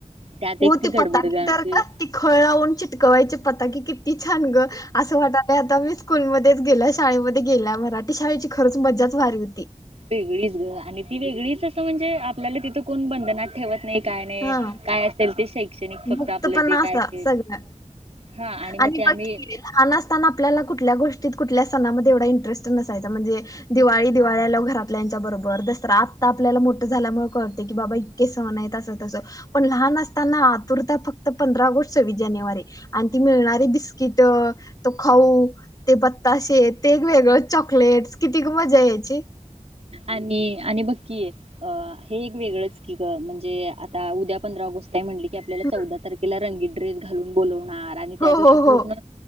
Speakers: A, on the right; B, on the left.
A: त्यात
B: हो
A: एक
B: ती पताकी
A: गडबड गं आमची
B: तर का ती खळवून चिटकवायची पताकी ती छान ग असं वाटत आता मी स्कूलमध्येच गेल्या शाळेमध्ये गेल्या मराठी शाळेची खरच मजाच भारी होती
A: वेगळीच ग आणि ती वेगळीच असं म्हणजे आपल्याला तिथं कोण बंधनात ठेवत नाही काय नाही
B: हा
A: काय असेल ते शैक्षणिक फक्त
B: मुक्त
A: आपलं
B: पण
A: जे
B: असा
A: काय असेल
B: सगळ्या
A: हा मग
B: आणि
A: ते आम्ही
B: ब लहान असताना आपल्याला कुठल्या गोष्टी कुठल्या सणामध्ये एवढा इंटरेस्ट नसायचा म्हणजे दिवाळी दिवाळी आल्या घरातल्या यांच्याबरोबर दसरा आत्ता आपल्याला मोठं झाल्यामुळे कळते की बाबा इतके सण आहेत असं पण लहान असताना आतुरता फक्त पंधरा ो सव्वीस जानेवारी आणि ती मिळणारी बिस्किट तो खाऊ ते बताशे ते एक वेगळं चॉकलेट किती ग मजा यायची.
A: आणि आणि बक्की अ हे एक वेगळंच की ग म्हणजे आता उद्या पंधरा ऑगस्ट म्हण की आपल्या
B: हम्म.
A: चौदा तारखेला रंगीत ड्रेस घालून बोलो ह आणि त्या
B: हो
A: दिवशी
B: हो
A: पूर्ण
B: हो